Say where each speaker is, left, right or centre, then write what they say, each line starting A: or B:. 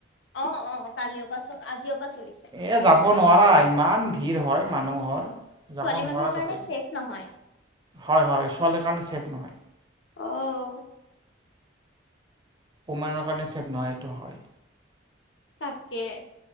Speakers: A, on the left; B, on the right.
A: অ'অ, কালিৰ পৰা চ আজিৰ পৰা চলিছে।
B: এ যাব নোৱাৰা ইমান ভিৰ হয় মানুহৰ।
A: ছোৱালী
B: যাব নোৱাৰা
A: মানুহৰ কাৰণে
B: তাতে
A: ছেফ নহয়
B: হয়, হয় ছোৱালী চেফ নহয়।
A: অ
B: অমেনৰ কাৰণে চেভ নহয়, এইটো হয়।
A: তাকে।